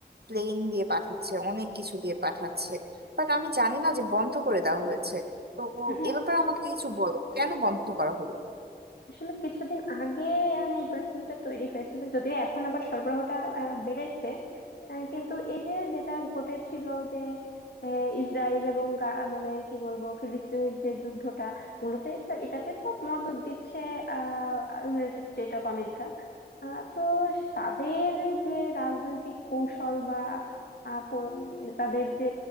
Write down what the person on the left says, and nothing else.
হ্যাঁ,
আসলে কিছুদিন আগে মানে এই পরিস্থিতিটা তৈরি হয়েছিল যদিও এখন আবার সরবরাহটা আহ, বেড়েছে আহ, কিন্তু এই যে যেটা ঘটেছিল যে আহ, ইসরায়েল এবং গা- মানে কি বলবো ফিলিস্তিনের যে যুদ্ধটা মূলত এটা- এটাতে তো মদদ দিচ্ছে আহ ইউনাইটেড স্টেট অফ আমেরিকা আহ, তো তাদের যে রাজনৈতিক কৌশল বা আহ, প- তাদের যে